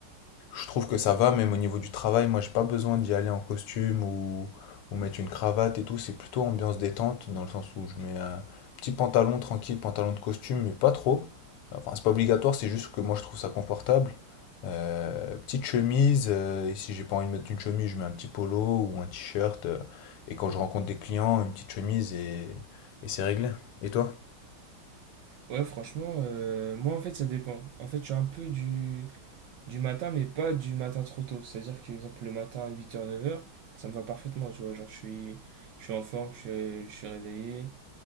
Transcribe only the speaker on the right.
Ouais, franchement, euh, moi en fait ça dépend. En fait, je suis un peu du... du matin, mais pas du matin trop tôt. C'est-à-dire que, exemple, le matin à 8h, 9h, ça me va parfaitement, tu vois. Genre, je suis, je suis en forme, je, suis- je suis réveillé.